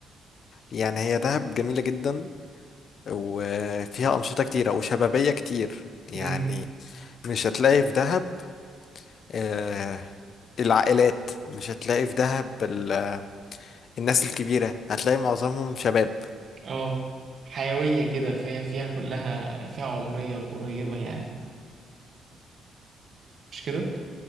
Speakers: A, on the left; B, on the right.
A: يعني هي دهب جميلة جدا وفيها أنشطة كتيرة وشبابية كتير يعني
B: امم
A: مش هتلاقي في دهب آه، العائلات مش هتلاقي في دهب ال- آه، الناس الكبيرة هتلاقي معظمهم شباب
B: اه حيوية كده فيها فيها كلها فيها عمرية قريبة يعني مش كده